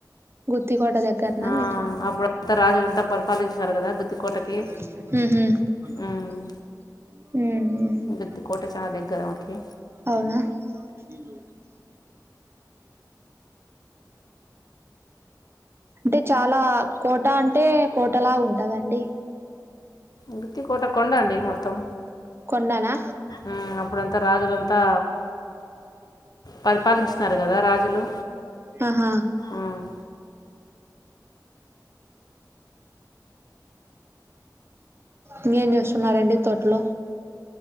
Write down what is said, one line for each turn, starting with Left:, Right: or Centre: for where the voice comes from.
Right: గుత్తికోట దగ్గర్నా
Left: ఆ
Right: మీకు
Left: అప్పుడు అంతా రాజులు అంతా పరిపాలించినారు కదా
Right: ఉహు
Left: గుత్తికోటకి
Right: మ్
Left: ఉమ్
Right: మ్
Left: గుత్తికోట చాలా దగ్గర ఆమెకి
Right: అవునా అంటే చాలా కోట అంటే కోట లాగా ఉం టదండి
Left: గుత్తి కోట కొండండి మొత్తం
Right: కొండ నా
Left: ఉమ్ అప్పుడంతా రాజులంతా పరిపాలించినారు కదా రాజులు
Right: ఆహా
Left: ఉమ్
Right: ఇంగేమ్ జెస్తున్నారండి తోట్లో